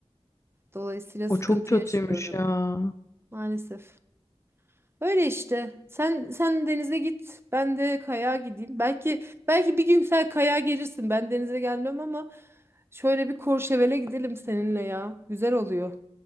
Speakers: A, on the right; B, on the left.
A: Dolayısıyla sıkıntı
B: O çok kötüymüş
A: yaşıyorum
B: ya.
A: maalesef. Öyle işte. Sen sen denize git, ben de kayağa gideyim. Belki belki bir gün sen kayağa gelirsin. Ben denize gelmem ama şöyle bir Courchevel'e gidelim seninle ya. Güzel oluyor.